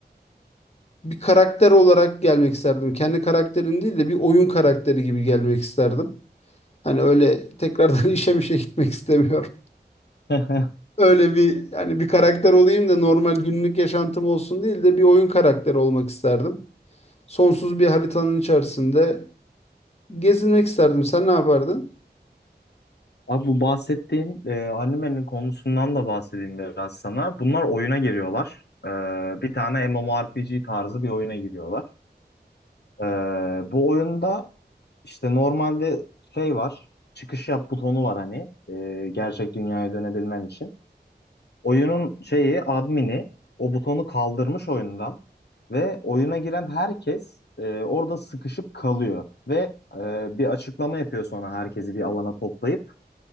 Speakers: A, on the left; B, on the left.
A: bir karakter olarak gelmek isterdim. Kendi karakterin değil de bir oyun karakteri gibi gelmek isterdim. Hani öyle tekrardan <laughs> işe mişe gitmek istemiyorum.
B: <laughs>
A: Öyle bir hani bir karakter olayım da normal günlük yaşantım olsun değil de bir oyun karakteri olmak isterdim. Sonsuz bir haritanın içerisinde gezinmek isterdim. Sen ne yapardın?
B: Abi bu bahsettiğim e, animenin konusundan da bahsedeyim biraz sana. Bunlar oyuna giriyorlar. E, bir tane MMORPG tarzı bir oyuna giriyorlar. E, bu oyunda işte normalde şey var, çıkış yap butonu var hani e, gerçek dünyaya dönebilmen için. Oyunun şeyi, admini o butonu kaldırmış oyundan. Ve oyuna giren herkes e, orada sıkışıp kalıyor. Ve e, bir açıklama yapıyor sonra herkesi bir alana toplayıp.